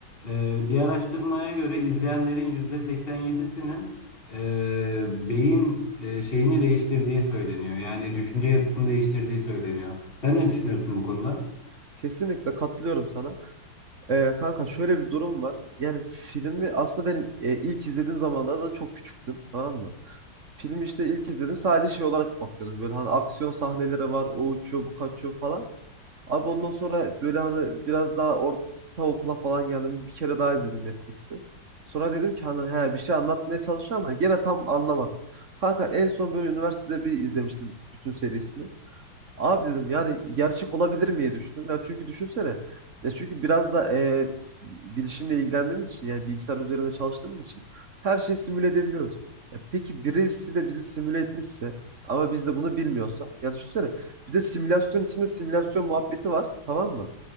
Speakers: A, on the left; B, on the right.
A: e, bir araştırmaya göre izleyenlerin %87'sinin e, beyin e, şeyini değiştirdiği söyleniyor. Yani düşünce yapısını değiştirdiği söyleniyor. Sen ne
B: Kesinlikle.
A: düşünüyorsun bu konuda?
B: Kesinlikle katılıyorum sana. E, kanka şöyle bir durum var. Yani filmi aslında ben e, ilk izlediğim zamanlarda da çok küçüktüm tamam mı? Filmi işte ilk izledim sadece şey olarak bakıyordum. Böyle hani aksiyon sahneleri var o uçuyor bu kaçıyor falan. Abi ondan sonra böyle hani biraz daha orta okula falan geldim. Bir kere daha izledim Matrix'i. Sonra dedim ki hani he bir şey anlatmaya çalışıyor ama gene tam anlamadım. Kanka en son böyle üniversitede bir izlemiştim bütün serisini. Abi dedim yani gerçek olabilir miye düşündüm. Ya çünkü düşünsene. Ya çünkü biraz da e, bilişimle ilgilendiğimiz için yani bilgisayar üzerinde çalıştığımız için her şeyi simüle edebiliyoruz. Ya peki birisi de bizi simüle etmişse ama biz de bunu bilmiyorsak. Ya düşünsene bir de simülasyon içinde simülasyon muhabbeti var tamam mı?